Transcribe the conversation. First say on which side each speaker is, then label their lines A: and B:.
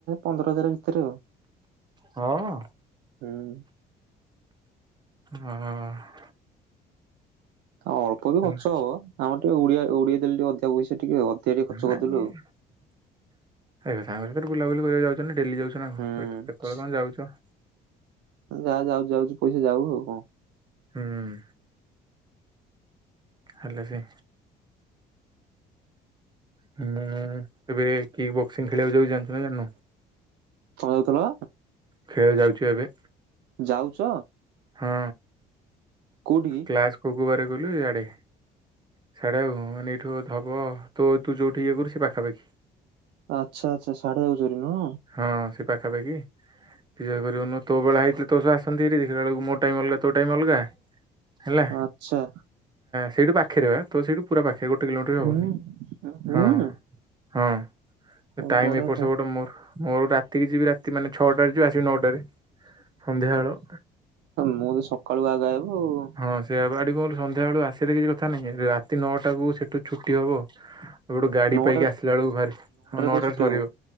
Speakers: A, on the right; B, on the right.
A: ପନ୍ଦର ହଜାର ଭିତରେ ଆଉ।
B: ହଁ।
A: ହୁଁ।
B: ହଁ।
A: ଆଉ ଅଳ୍ପ ବି
B: ହଁ
A: ଖର୍ଚ ହବ ଆମର ଟିକେ ଓଡିଆ ଉଡେଇ ଦେଲେ ଟିକେ ଅଧିକା ପଇସା ଟିକେ ଟିକେ ଖର୍ଚ୍ଚ
B: ନାଇଁ
A: କରିଦେଲୁ ଆଉ।
B: ଆ ସାଙ୍ଗସାଥିରେ ବୁଲାବୁଲି କରିବା ଯାଉଛନ୍ତି ଡେଲି ଯାଉଛନ୍ତି।
A: ହୁଁ
B: ଏଠୁ କେତେବେଳେ କଣ ଯାଉଛ?
A: ଯାହା ଯାଉଛି ଯାଉଛି ପଇସା ଯାଉ ଆଉ କଣ?
B: ହୁଁ ହେଲେ ହେଇ ହୁଁ, ଏବେ କିଏ ବକ୍ସିଂ ଖେଳିବାକୁ ଯାଉଛି ଜାଣିଛୁ ନା ଜାଣିନୁ?
A: କଣ ଯାଉଥିଲ?
B: ଖେଳିବାକୁ ଯାଉଛୁ ଏବେ।
A: ଯାଉଛ?
B: ହଁ।
A: କୋଉଠିକି
B: କ୍ଲାସ କୋଉ କୋଉ ବାରେ କହିଲୁ ଇଆଡେ। ସେଢଟେ ଆଉ ମାନେ ଏଇଠୁ ହବ ତ ତୁ ଯୋଉଠି ଇଏ କରୁ ସେ ପାଖାପାଖି
A: ଆଚ୍ଛା ଆଚ୍ଛା ସାଢେ ଯାଉଛରି ନୁହଁ।
B: ହଁ ସେ ପାଖାପାଖି। ପୁଜା କରିବନୁ ତୋବେଳେ ହେଇଥିଲେ ତୋସ ଆସନ୍ତିି ଦେଖ ବଳକୁ ମୋ ଟାଇମ୍ ଅଲଗା ତୋ ଟାଇମ୍ ଅଲଗା। ହେଲା
A: ଆଚ୍ଛା।
B: ସେଇଠୁ ପାଖରେ ବା ତ ସେଇଠୁ ପୁରା ପାଖରେ ଗୋଟେ କିଲୋମିଟର ହବନି।
A: ହୁଁ ହୁଁ
B: ହଁ ହଁ
A: ଆଉ
B: ଟାଇମ
A: ବଢିଆ
B: ଏପଟ
A: ତ
B: ସେପଟ ଗୋଟେ ମୋର ମୋର ରାତିକି ଯିବି ରାତି ମାନେ ଛଅଟାରେ ଯିବ ଆସିବି ନଅଟାରେ ସନ୍ଧ୍ୟା ବେଳୁ
A: ମୁଁ ତ ସକାଳୁ ଆଗ ହେବ ଆଉ
B: ହଁ ସେ ଆଡ କହ ସନ୍ଧ୍ୟା ବେଳୁ ଆସିଲେ କିଛି କଥା ନାହିଁ ରାତି ନଅଟା କୁ ସେଠୁ ଛୁଟି ହବ। ଏ ଗୋଟେ ଗାଡି
A: ନଅଟା
B: ପାଇକି ଆସିଲା ବେଳକୁ ବାର ହଁ ନଅଟାରେ
A: ତ ଛୁଟି
B: ସରିବ
A: ହବ